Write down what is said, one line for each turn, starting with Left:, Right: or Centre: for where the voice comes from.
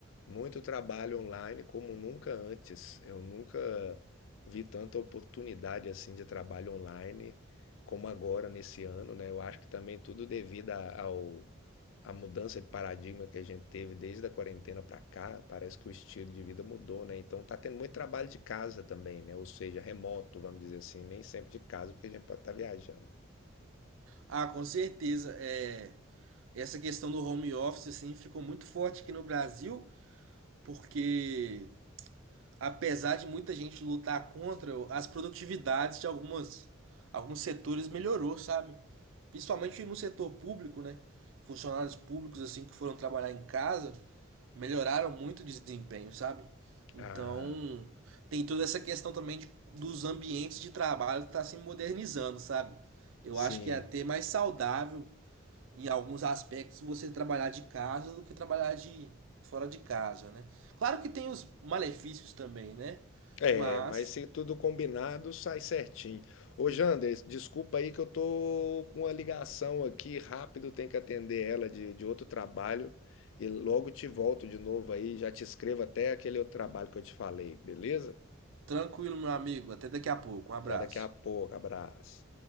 Left: muito trabalho online como nunca antes. Eu nunca vi tanta oportunidade assim de trabalho online como agora nesse ano, né? Eu acho que também tudo devido a- ao a mudança de paradigma que a gente teve desde a quarentena para cá, parece que o estilo de vida mudou, né? Então tá tendo muito trabalho de casa também, né? Ou seja, remoto, vamos dizer assim, nem sempre de casa, porque a gente pode estar viajando.
Right: Ah, com certeza. É, essa questão do home office assim, ficou muito forte aqui no Brasil, porque apesar de muita gente lutar contra, as produtividades de algumas, alguns setores melhorou, sabe? Principalmente no setor público, né? Funcionários públicos assim que foram trabalhar em casa melhoraram muito o desempenho, sabe? Então,
Left: Ah,
Right: tem toda essa questão também de- dos ambientes de trabalho que está se modernizando, sabe? Eu
Left: sim.
Right: acho que é até mais saudável em alguns aspectos você trabalhar de casa do que trabalhar de fora de casa, né? Claro que tem os malefícios também, né?
Left: É,
Right: Mas
Left: mas se tudo combinado, sai certinho. Ô, Jander, desculpa aí que eu tô com uma ligação aqui, rápido, tenho que atender ela de, de outro trabalho. E logo te volto de novo aí, já te escrevo até aquele outro trabalho que eu te falei, beleza?
Right: tranquilo, meu amigo, até daqui a pouco. Um abraço.
Left: Até daqui a pouco, abraço.